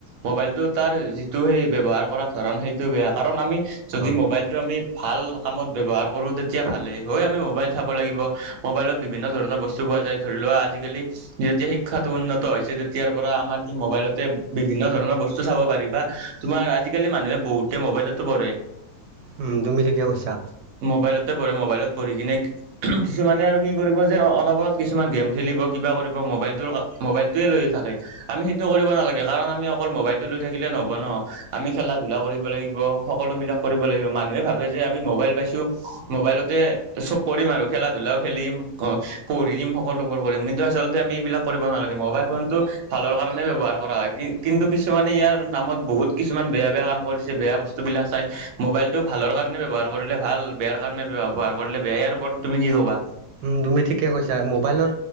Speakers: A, on the right (about 65°); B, on the right (about 85°).
A: মোবাইলটো তাৰ যিটো সেই, ব্যৱহাৰ কৰা ধৰণ সেইটো বেয়া, কাৰণ আমি। যদি
B: অ
A: মোবাইলটো আমি ভাল কামত ব্যৱহাৰ কৰো, তেতিয়া ভালেই, হয় আমি মোবাইল চাব লাগিব। মোবাইলত বিভিন্ন ধৰণৰ বস্তু পোৱা যায়, ধৰি লোৱা আজিকালি। যেতিয়া শিক্ষাটো উন্নত হৈছে, তেতিয়াৰ পৰা আমাৰ কি মোবাইলতে বিভিন্ন ধৰণৰ বস্তু চাব পাৰিবা। তোমাৰ আজিকালি মানুহে বহুতে মোবাইলতো, পঢ়ে।
B: উম, তুমি ঠিকে কৈছা।
A: ম'বাইলতে পঢ়ে, ম'বাইলত পঢ়ি কিনে, কিছুমানে আৰু কি কৰিব যে, অনবৰত কিছুমান গেম খেলিব। কিবা কৰিব, মোবাইলটোৰ, মোবাইলটোৱে লৈ থাকে। আমি সেইটো কৰিব নালাগে কাৰণ, আমি অকল মোবাইলতটো লৈ থাকিলে নহ'ব ন, আমি খেলা-ধূলা কৰিব লাগিব, সকলোবিলাক। কৰিব লাগিব, মানুহে ভাবে যে আমি মবাইল পাইছো, মোবাইলতে চ'ব কৰিম আৰু খেলা ধলাও খেলিম, পঢ়িম সকলোবোৰ কৰিম, কিন্তু আচলতে আমি এইবিলাক কৰিব নালাগে, মবাইল ফোন ত, ভালৰ কাৰণে ব্যৱহাৰ কৰা হয়, কিন্তু কিছুমানে ইয়াৰ নামত, বহুত কিছুমান বেয়া-বেয়া কাম কৰিছে, বেয়া বস্তু স্তো, বিলক চাই, মবাইলটো ভালৰ কাৰনে ব্যৱহাৰ কৰিলে ভাল, বেয়াৰ কাৰনে ব্যৱহাৰ কৰিলে বেয়াই, ইয়াৰ ওপৰত তুমি কি ক কোৱা।
B: উম, তুমি ঠিকে কৈছা, মোবাইলৰ।